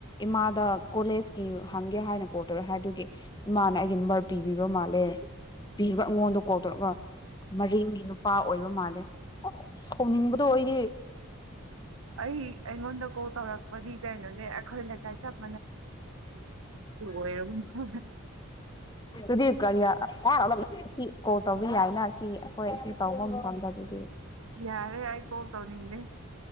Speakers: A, on the left; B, on the right.
A: ꯏꯃꯥꯗ ꯀꯣꯂꯦꯖꯀꯤ ꯍꯪꯒꯦ ꯍꯥꯏꯅ ꯀꯣꯜ ꯇꯧꯔꯛꯑꯦ ꯍꯥꯏꯗꯨꯒꯤ ꯏꯃꯥꯅ ꯑꯩꯒꯤ ꯅꯝꯕꯔ ꯄꯤꯕꯤꯕ ꯃꯥꯜꯂꯦ ꯄꯤꯔꯒ ꯑꯩꯉꯣꯟꯗ ꯀꯣꯜ ꯇꯧꯔꯒ ꯃꯔꯤꯡꯒꯤ ꯅꯨꯄꯥ ꯑꯣꯏꯕ ꯃꯥꯜꯂꯦ ꯁꯥꯎꯅꯤꯡꯕꯗꯣ ꯑꯩꯗꯤ
B: ꯑꯩ ꯑꯩꯉꯣꯟꯗ ꯀꯣꯜ ꯇꯧꯔꯛꯄꯗꯤ ꯀꯩꯅꯣꯅꯦ ꯑꯩꯈꯣꯏ ꯂꯩꯀꯥꯏ ꯆꯄ ꯑꯣꯏꯔꯕꯅꯤꯅ
A: <unintelligible> ꯀꯣꯜ ꯇꯧꯕꯤ ꯌꯥꯏꯅ ꯁꯤ ꯑꯩꯈꯣꯏ ꯑꯁꯤ ꯇꯧꯕ ꯃꯇꯝꯗ ꯑꯗꯨꯗꯤ
B: ꯌꯥꯔꯦ ꯑꯩ ꯀꯑꯣꯜ ꯇꯧꯅꯤꯪꯗꯦ